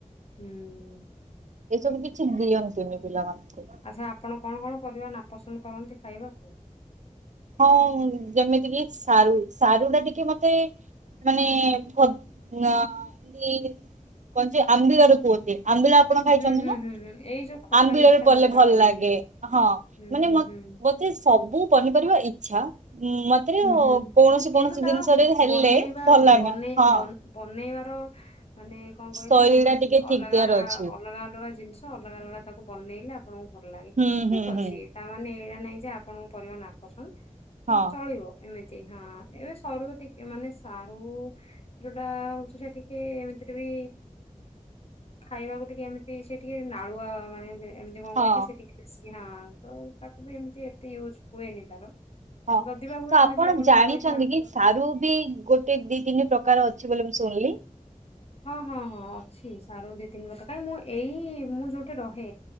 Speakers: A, on the left; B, on the right.
A: ହୁଁ।
B: ଏସବୁ କିଛି ଦିଅନ୍ତିନି ପିଲାମାନଙ୍କୁ।
A: ଆଚ୍ଛା ଆପଣ କଣ କଣ ପରିବା ନାପସନ୍ଦ କରନ୍ତି ଖାଇବା କୁ?
B: ହଁ ଯେମିତିକି ସାରୁ ସାରୁଟା ଟିକେ ମତେ ମାନେ ଫତ ନା ଏନି କାଞ୍ଚି ଆମ୍ବିଳାରୁ କୂଅତି ଆମ୍ବିଳା ଆପଣ ଖାଇଚନ୍ତିନା
A: ହୁଁ ହୁଁ ହୁଁ ହୁଁ ଏଇ ଯୋଉ ଖଟା
B: ଆମ୍ବିଳରେ
A: ମିଠା
B: ପଲେ
A: ଯୋଉରା
B: ଭଲ
A: ପଡେ
B: ଲାଗେ ହଁ
A: ହୁଁ
B: ମାନେ
A: ହୁଁ
B: ମ
A: ହୁଁ।
B: ବଧେ ସବୁ ପନିପରିବା ଇଚ୍ଛା ଉଁ ମ୍ ତୀରେ
A: ହୁଁ ହୁଁ
B: କୌଣସି
A: କିନ୍ତୁ
B: କୌଣସି
A: ତାର
B: ଜିନିଷରେ ହେଲେ
A: ବନେଇବା
B: ଭଲ ଲାଗେନି
A: ବନେଇ
B: ହଁ।
A: ବନ ବନେଇବାର ମାନେ କଣ କହିଲେ
B: ଶୈଳୀ
A: ଆମର
B: ଟା ଟିକେ ଠିକ
A: ଅଲଗା
B: ଦିଆର
A: ଅଲଗା
B: ଅଛି
A: ଅଲଗା ଅଲଗା ଜିନିଷ ଅଲଗା ଅଲଗା ତାକୁ ବନେଇଲେ ଆପଣଙ୍କୁ ଭଲ ଲାଗେ।
B: ହୁଁ
A: ଠିକ
B: ହୁଁ।
A: ଅଛି
B: ହୁଁ
A: ତା ମାନେ ଏଇଟା ନାଇଁ ଯେ ଆପଣଙ୍କ ପରିବା ନାପସନ୍ଦ
B: ହ।
A: ରହିବ ଏମିତି ହଁ ଏବେ ସରୁ ତ ଟିକେ ମାନେ ସାରୁ ଯୋଉଟା ହଉଛି ସେ ଟିକେ ଏମିତିରେ ବି ଖାଇବାକୁ ଟିକେ ଏମିତି ସେ ଟିକେ ନାଳୁଆ ମାନେ ଏମିତି କଣ
B: ହଁ
A: କହିଲେ ସେଠିକେ ବେଶୀ ହଁ ତ ତାକୁ ବି ଏମିତି ଏତେ ୟୁଜ୍ ହୁଏନି ତାର
B: ହଁ
A: ଯଦି ବା ହୁଏ
B: ତ
A: ଏମିତି
B: ଆପଣ
A: ଯୋଉଟା
B: ଜାଣିଛନ୍ତି
A: କହିଲେ ଆମ୍ବୁଲ
B: କି ସାରୁ ବି ଗୋଟେ ଦି ତିନି ପ୍ରକାର ଅଛି ବୋଲି ମୁଁ ଶୁଣିଲି।
A: ହଁ ହଁ ହଁ ଅଛି ସାରୁ ଦି ତିନି ପାକ କାଇକି ମୁଁ ଏଇ ମୁଁ ଯୋଉଠି ରହେ